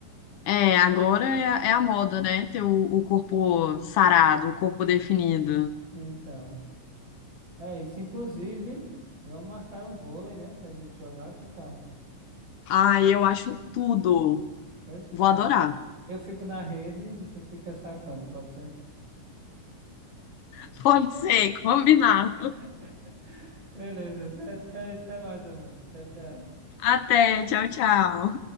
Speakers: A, on the left (about 75°); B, on the right (about 45°).
A: É, agora é a, é a moda, né, ter o, o corpo sarado, o corpo definido.
B: Então, é isso. Inclusive, vamos marcar um vôlei, né? Pra gente jogar, que tal?
A: Ai, eu acho tudo.
B: Pois pronto.
A: Vou adorar.
B: Eu fico na rede e tu fica sacando, pode ser?
A: <laughs> Pode ser, combinado.
B: <laughs> Beleza, até, até até mais, Amanda. Tchau, tchau.
A: Até, tchau, tchau.